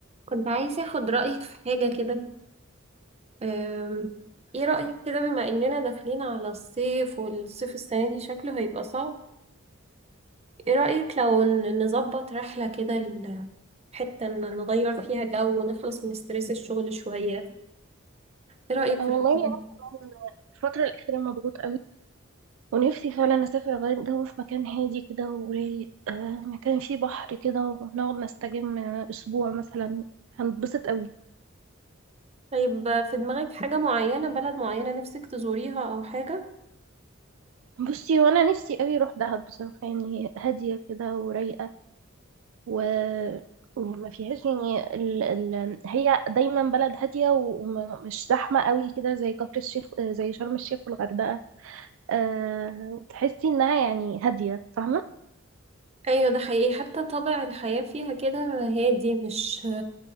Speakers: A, on the right (about 30°); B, on the right (about 70°).
A: كنت عايزة اخد رأيك في حاجة كده أم، ايه رأيك كده بما اننا داخلين على الصيف والصيف السنة دي شكله هيبقى صعب ايه رأيك لو ن- نظبط رحلة كده ل- حتة إن نغير فيها جو ونخلص من ستريس الشغل شوية ايه رأيك
B: أنا
A: في
B: والله
A: الحوار ده
B: أنا كمان الفترة الأخيرة مضغوط قوي ونفسي فعلا أسافر أغير جو في مكان هادي كده ورايق آه، مكان فيه بحر كده ونقعد نستجم أسبوع مثلا هنتبسط قوي
A: طيب في دماغك حاجة معينة بلد معينة نفسك تزوريها او حاجة
B: بصي وأنا نفسي قوي أروح دهب بصراحة يعني هادية كده ورايقة و... وما فيهاش يعني ال... ال... هي دايما بلد هادية ومش زحمة قوي كده زي كفر الشيخ آه، زي شرم الشيخ والغردقة أه... وتحسي إنها يعني هادية فاهمة
A: ايوه ده حقيقي حتى طابع الحياة فيها كده هادي مش